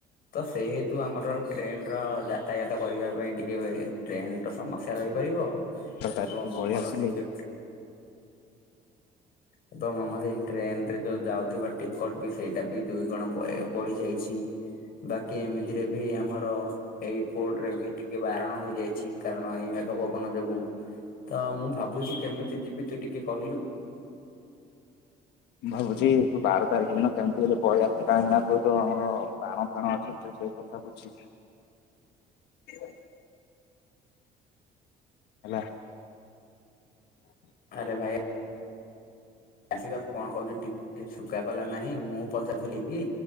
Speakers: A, on the left (about 60°); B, on the left (about 85°).
A: ତ ସେ ତୁ ଆମର ଟ୍ରେନ୍ ର ଯାତାୟାତ କରିବା ପାଇଁ ଟିକେ ଟ୍ରେନ୍ ର ସମସ୍ୟା ରହିପାରିବ।
B: ବାର ତାରିଖରୁ
A: ଏବଂ
B: ପଳେଇ
A: ଆମର
B: ଆସିଲେ
A: ସେଇ ଯୋଉ ଏବଂ ଆମର ଏଇ ଟ୍ରେନ୍ ରେ ଯୋଉ ଯାଉଥିବା ଟିକଟ୍ ବି ସେଇଟା ବି ଦୁଇ ଗୁଣ ବ ବଢ଼ି ଯାଇଛି। ଟି ବାକି ଏମିତିରେ ବି ଆମର ଏଇ ପୋର୍ଟ୍ ରେ ବି ଟିକେ ବାରଣ ହୋଇଯାଇଛି କାର ନଈ ମେଘ ପବନ ଯୋଗୁ ତ ମୁଁ ଭାବୁଚି କେମିତି ଯିବି ତୁ ଟିକେ କହିଲୁ।
B: ମୁଁ ଭାବୁଛି ତୁ ବାରଟା <unintelligible> କେମିତି ହେଲେ ପଳେଇ ଆସେ। କାହିଁକିନା ତୁ ଯଉ ଆମର ବାଣ ଫାଣ ଅଛି ତୁ ସେଇ କଥା ବୁଝୁ। <inaudible> ହେଲା। <inaudible>
A: ଆରେ ଭାଇ ଆସି କଣ କରୁଚୁ ଟିକେ ଶୁ କା କଲା ନାଇଁ ମୁଁ ପଚାରଥିଲି କି